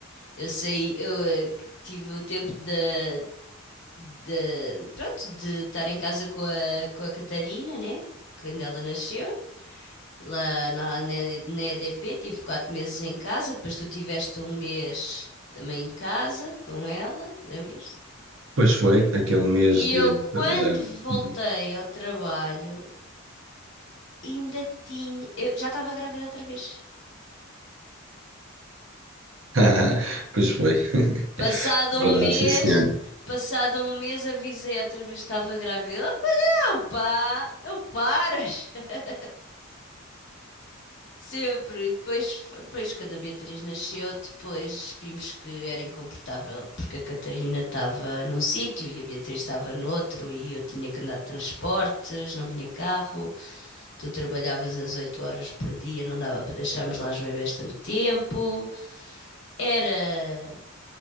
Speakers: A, on the left; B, on the right.
A: Eu saí, eu eh, tive o tempo de, de... Pronto, de estar em casa com a, com a Catarina, né? Quando ela nasceu. Lá na, na, na EDP tive quatro meses em casa, depois tu tiveste um mês também em casa com ela, lembras?
B: pois foi, aquele mês
A: E
B: de.
A: eu, quando
B: de-
A: voltei ao trabalho, ainda tinha. Eu já estava grávida outra vez.
B: <laughs> Pois foi,
A: Passado
B: <laughs> verdade,
A: um mês,
B: sim senhor.
A: passado um mês avisei outra vez que estava grávida. Ela, não pá, não paras. <laughs> Sempre. E depois, foi- depois, quando a Beatriz nasceu, depois vimos que era incomportável, porque a Catarina estava num sítio e a Beatriz estava no outro, e eu tinha que andar de transportes, não tinha carro. Tu trabalhavas às 8 horas por dia, não dava para deixarmos lá os bebés tanto tempo. Era